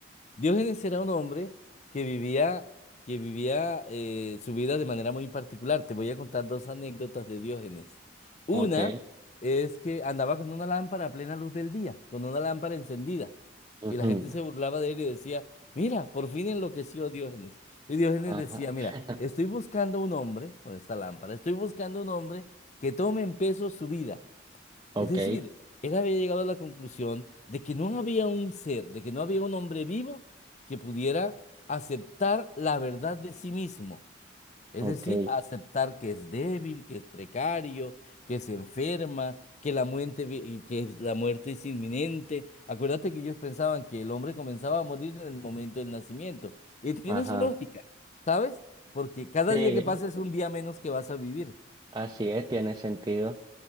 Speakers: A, on the left; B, on the right.
A: Diógenes era un hombre que vivía, que vivía eh, su vida de manera muy particular. Te voy a contar dos anécdotas de Diógenes. Una
B: Ok.
A: es que andaba con una lámpara a plena luz del día, con una lámpara encendida.
B: Ujú.
A: Y la gente se burlaba de él y decía, mira, por fin enloqueció Diógenes. Y Diógenes
B: Ajá.
A: decía,
B: <laughs>
A: mira, estoy buscando un hombre, con esta lámpara, estoy buscando un hombre que tome en peso su vida
B: Ok,
A: es decir, él había llegado a la conclusión de que no había un ser, de que no había un hombre vivo que pudiera aceptar la verdad de sí mismo. Es
B: ok.
A: decir, aceptar que es débil, que es precario, que se enferma, que la muerte, vi- que la muerte es inminente. Acuérdate que ellos pensaban que el hombre comenzaba a morir en el momento del nacimiento. Y tiene
B: Ajá,
A: su lógica, ¿sabes? Porque cada
B: sí,
A: día que pasa es un día menos que vas a vivir.
B: así es, tiene sentido.